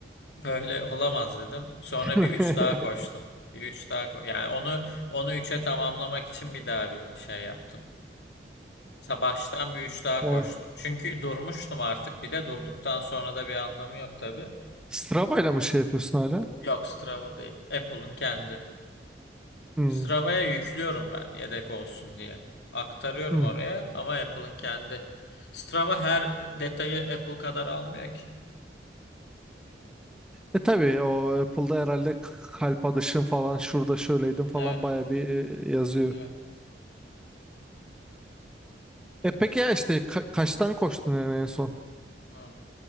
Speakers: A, on the left; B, in the centre.
A: böyle olamaz dedim. Sonra
B: <laughs>
A: bir üç daha koştum. Bir üç daha ko- yani onu onu üçe tamamlamak için bir daha bir şey yaptım. Sa- Baştan bir üç daha
B: eh,
A: koştum. Çünkü durmuştum artık bir de durduktan sonra da bir anlamı yok tabii.
B: Strava ile mi şey yapıyorsun hala?
A: Yok Strava değil. Apple'ın kendi.
B: Hmm,
A: Strava'ya yüklüyorum ben yedek olsun diye. Aktarıyorum
B: hmm.
A: oraya ama Apple'ın kendi. Strava her detayı Apple kadar almıyor ki.
B: E tabii o Apple'da herhalde k- kalp atışın
A: Evet,
B: falan şurada şöyleydim falan
A: evet.
B: baya bir e, yazıyor.
A: Evet.
B: E peki ya işte ka- kaçtan koştun yani en son?
A: Hı.